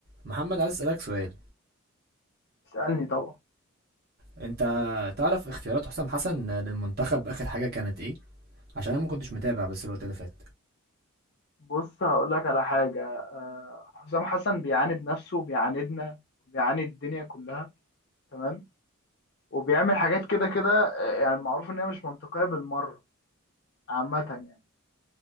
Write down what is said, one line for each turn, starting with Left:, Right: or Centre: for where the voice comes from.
Right: محمد عايز اسالك سؤال
Left: اسألني طبعا
Right: انت تعرف اختيارات حسام حسن للمنتخب اخر حاجه كانت ايه عشان انا ما كنتش متابع بس الوقت اللي فات
Left: بص هقول لك على حاجة آه، حسام حسن بيعاند نفسه وبيعاندنا وبيعاند الدنيا كلها تمام وبيعمل حاجات كده كده آه، يعني معروف إن هي مش منطقية بالمرة عامة يعني